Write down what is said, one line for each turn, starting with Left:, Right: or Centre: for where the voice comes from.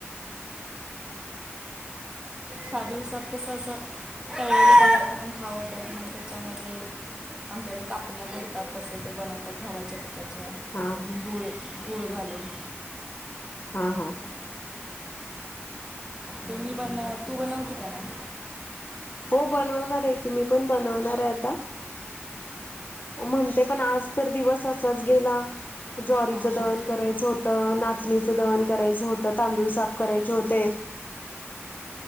Right: ह्या दिवसात कसं असं. तळलेले पदार्थ पण खावा त्यात मग त्याच्यामध्ये. <unintelligible> आमच्याकडे कापण्या बोलतात तसे ते बनवतात गव्हाच्या पिठाच्या
Left: हां हां
Right: गूळ गूळ घालून.
Left: हा हा हा.
Right: तुम्ही बनव तू बनवते का नाय?
Left: हो बनवणार आहे की मी पण बनवणार आहे आता. हो म्हणते पण आज तर दिवस असाच गेला ज्वारीच
Right: हां हां
Left: दळण करायचं हो त नाचणीचं दळण करायच होतं तांदूळ साफ करायचे होते.